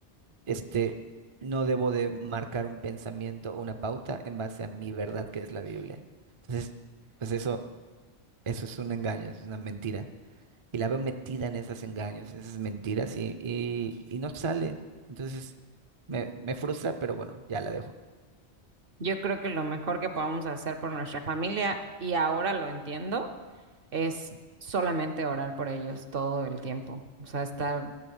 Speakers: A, on the right; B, on the right.
A: este no debo de marcar un pensamiento o una pauta en base a mi verdad que es la Biblia. Entonces, pues eso, eso es un engaño, es una mentira. Y la veo metida en esos engaños, esas mentiras y, y, y no sale. Entonces me, me frustra, pero bueno, ya la dejo.
B: Yo creo que lo mejor que podamos hacer por nuestra familia, y ahora lo entiendo, es solamente orar por ellos todo el tiempo, o sea, estar